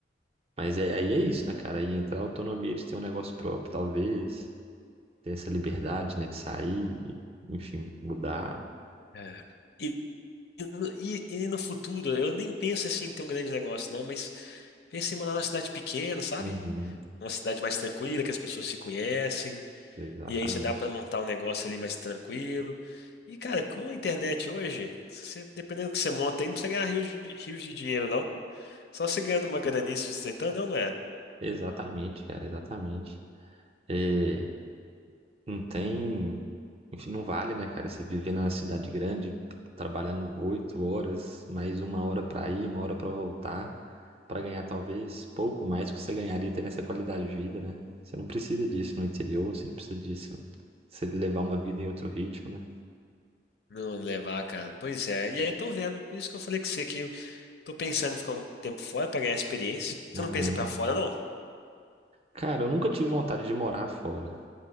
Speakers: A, on the right; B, on the left.
A: Mas é, aí é isso, né, cara? Aí entra a autonomia de ter um negócio próprio, talvez, ter essa liberdade, né, de sair, enfim, mudar.
B: É. E, e, no e- e no futuro, eu nem penso assim em ter um grande negócio, não, mas pensei em morar numa cidade pequena, sabe?
A: Uhum,
B: Uma cidade mais tranquila, que as pessoas se conhecem.
A: exatamente.
B: E aí já dá para montar um negócio ali mais tranquilo. E, cara, com a internet hoje, se você- dependendo do que você monta aí, não precisa ganhar rios de, rios de dinheiro, não. Só você ganhando uma graninha se sustentando, não, não é?
A: Exatamente, cara, exatamente. É, Não tem. Enfim, não vale, né, cara? Você viver na cidade grande, trabalhando oito horas, mais uma hora pra ir, uma hora pra voltar, pra ganhar talvez pouco mais do que você ganharia tendo essa qualidade de vida, né? Você não precisa disso no interior, você não precisa disso. Você levar uma vida em outro ritmo, né?
B: Não levar, cara. Pois é. E aí eu tô vendo. Por isso que eu falei com você que eu tô pensando em ficar um tempo fora pra ganhar experiência. Você
A: Aham.
B: não pensa em ir pra fora, não?
A: Cara, eu nunca tive vontade de morar fora.